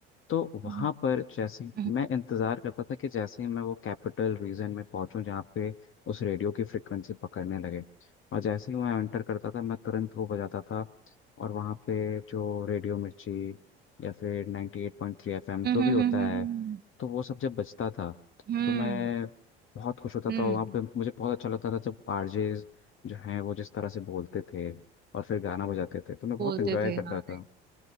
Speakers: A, on the left (about 45°); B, on the right (about 35°).
A: तो वहाँ
B: हम्म
A: पर जैसे ही-
B: हम्म
A: मैं इंतज़ार करता था कि जैसे ही मैं वो कैपिटल रीजन में पहुँचूँ जहाँ पे उस रेडियो की फ्रिक्वेंसी पकड़ने लगे और जैसे ही मैं एंटर करता था मैं तुरंत वो बजाता था और वहाँ पे जो रेडियो मिर्ची या फिर 98.3 एफएम
B: हम्म
A: जो भी होता
B: हम्म
A: है तो वो सब जब बजता था
B: हम्म,
A: तो मैं बहुत खुश होता
B: हम्म,
A: था और वहाँ पे मुझे बहुत अच्छा लगता था जब आरजेज जो हैं वो जिस तरह से बोलते थे और फिर गाना बजाते थे तो मैं बहुत
B: बोलते
A: वो एंजॉय
B: थे
A: तो है। करता
B: हाँ
A: था